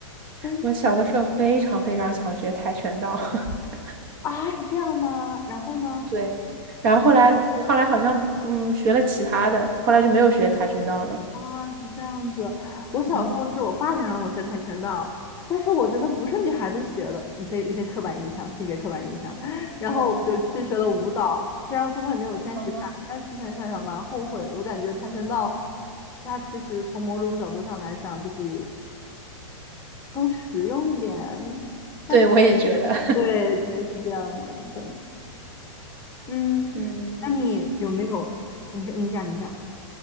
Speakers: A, on the left; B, on the right.
A: <laughs>
B: 我小的时候非常非常想学跆拳道，<laughs>
A: 啊，是这样吗？然后呢？
B: 对，然后后来后来好像嗯学了其他的，
A: 啊。
B: 后来就没有学跆拳道了。
A: 啊，是这样子。我小时候是我爸想让我学跆拳道，
B: 嗯，
A: 但是我觉得不是女孩子学的，一些一些刻板印象，性别刻板印象。<laughs> 然后我就去学了舞蹈，
B: 对，
A: 虽然最后也没有坚持下来，
B: 啊，
A: 但之前想想蛮后悔的。我感觉跆拳道，它其实从某种角度上来讲，就比更实用一点。但是，
B: 对，我也觉得，
A: 对对，是这样的，对，嗯，
B: <laughs> 嗯。
A: 那你有没有？你是你讲你讲。